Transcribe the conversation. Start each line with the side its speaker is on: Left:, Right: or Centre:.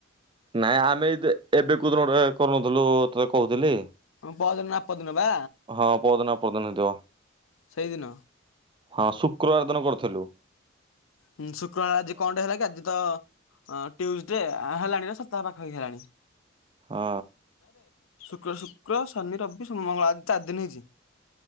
Right: ନାଇଁ ଆମେ ଏଇଦେ ଏବେ କୋଉଦିନ ଗୋଟେ କରୁନଥିଲୁ ତତେ କହୁଥିଲି।
Left: ପରଦିନ ନା ଆପରଦିନ ବା
Right: ହଁ ପଦିନ ପଦିନ ହେଇଥିବ।
Left: ସେଇଦିନ
Right: ହଁ ଶୁକ୍ରବାର ଦିନ କରୁଥିଲୁ।
Left: ହୁଁ ଶୁକ୍ରବାର ଆଜି କଣଟେ ହେଲା କି ଆଜି ତ ଅଁ ଟ୍ୟୁଜଡେ ଆ ହେଲାଣି ନା ସ ତା ପାଖ ହେଇଗଲାଣି।
Right: ହଁ।
Left: ଶୁକ୍ର ଶୁକ୍ର ଶନି ରବି ସୋମ ମଙ୍ଗଳ ଆଜି ଚାରି ଦିନ ହେଇଛି।